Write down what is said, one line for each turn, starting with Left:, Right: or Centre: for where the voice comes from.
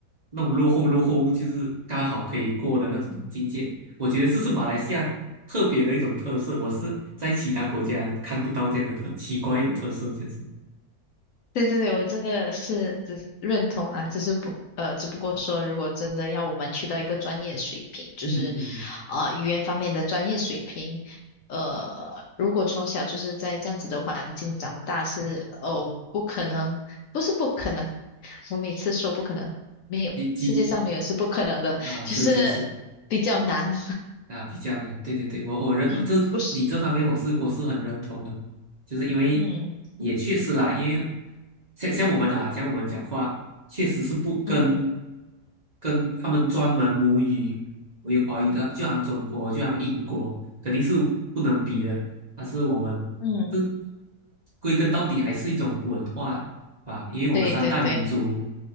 Right: 那种落后落后，就是刚好可以过的那种境界。我觉得这是马来西亚特别的一种特色，我是在其他国家看不到这样的特奇怪的特色，就是
Left: 对对对，我这个是只是认同啦，只是不呃，只不过说如果真的要我们去到一个专业水平，就是
Right: 嗯嗯，
Left: 啊、呃语言方面的专业水平，呃，如果从小就是在这样子的环境长大是哦不可能，不是不可能，我每次说不可能，没有，
Right: 几几
Left: 世界上没有是不可能的，
Right: 啊，
Left: <laughs> 就是比较难，
Right: 是是是。啊，比较难，对对对，我我认这你这方面我是我是很认同的，
Left: <laughs> 嗯，不是。
Right: 就是因为
Left: 嗯。
Right: 也确实啦，因为像像我们啊，像我们讲话，确实是不跟
Left: 嗯
Right: 跟他们专门母语为华语的，就像中国，就像英国，肯定是不能比的。但是我们这
Left: 嗯，
Right: 归根到底还是一种文化吧，因为我们三大民族
Left: 对对对，